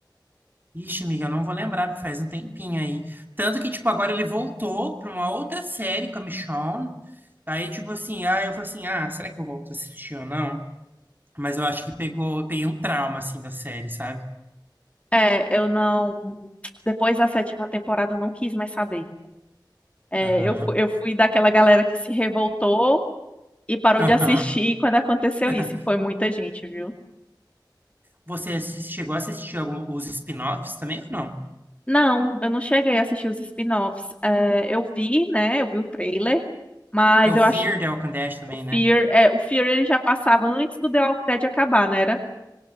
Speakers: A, on the right; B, on the left.
A: Ixi, amiga, eu não vou lembrar, porque faz um tempinho aí. Tanto que, tipo, agora ele voltou pra uma outra série com a Michonne. Aí, tipo assim, ah, eu falei assim: ah, será que eu volto a assistir ou não? Mas eu acho que pegou, peguei um trauma, assim, da série, sabe?
B: É, eu não. Depois da sétima temporada eu não quis mais saber. É,
A: Aham.
B: eu, fu- eu fui daquela galera que se revoltou e parou
A: Aham.
B: de assistir quando aconteceu
A: <laughs>
B: isso. E foi muita gente, viu?
A: Você assis- chegou a assistir algum, os spin-offs também ou não?
B: Não, eu não cheguei a assistir os spin-offs. É, eu vi, né? Eu vi o trailer, mas
A: Tem o
B: eu
A: Fear
B: acho
A: the Walking Dead também,
B: o
A: né?
B: Fear, é, o Fear ele já passava antes do The Walking Dead acabar, né? Era?